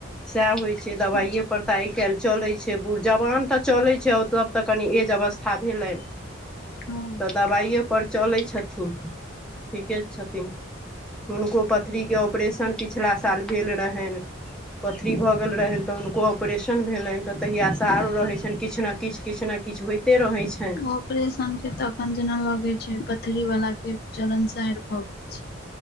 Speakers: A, in the centre; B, on the left.
A: सएह होइ छै, दबाइए
B: अच्छा
A: पर। तऽ आइ काइल चलै छै, बुढ़ जवान तऽ चलै छै, ओ तब तऽ कनि एज अवस्था भेलैन।
B: हँ।
A: दबाइए पर चलै छथिन। ठीके छथिन। हुनको पथरीके ऑपरेशन पिछिला साल भेल रहनि। पथरी भऽ गेल रहनि तऽ हुनको ऑपरेशन भेलनि। तऽ तहियासँ आरो रहैत छनि। किछु ने किछु किछु ने किछु होयइते रहैत छ।
B: ऑपरेशन के तखन जेना लगे छै। पथरी वाला के चलन सार भ गेल छै।